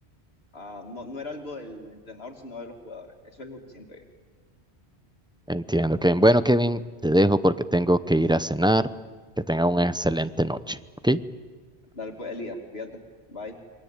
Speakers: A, on the left; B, in the centre.
A: ah, no, no era algo del entrenador, sino de los jugadores. Eso es lo que siento yo.
B: Entiendo, Kevin. Bueno, Kevin, te dejo porque tengo que ir a cenar. Que tenga una excelente noche, ¿ok?
A: Dale, pues, Elías, cuídate. Bye.